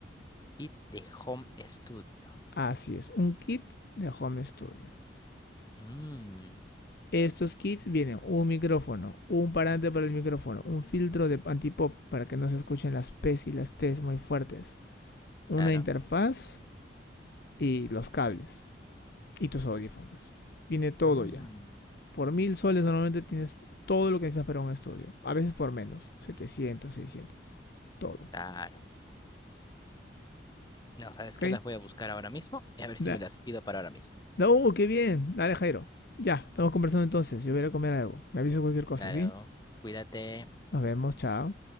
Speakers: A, on the left (about 20°); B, on the left (about 55°).
A: kit de home studio.
B: Así es, un kit de Home Studio.
A: Mm,
B: Estos kits vienen un micrófono, un parante para el micrófono, un filtro de antipop para que no se escuchen las P's y las T's muy fuertes, una
A: claro.
B: interfaz y los cables y tus audífonos. Viene todo
A: Mm,
B: ya. Por mil soles normalmente tienes todo lo que necesitas para un estudio. A veces por menos. setecientos seiscientos Todo.
A: claro. No, ¿sabes
B: ¿Ok?
A: qué? Las voy a buscar ahora mismo y a ver
B: Da,
A: si me las pido para ahora mismo.
B: da, ¡Uh, qué bien! Dale, Jairo. Ya, estamos conversando entonces. Yo voy a ir a comer algo. Me aviso cualquier cosa,
A: Claro,
B: ¿sí?
A: cuídate.
B: Nos vemos. Chao.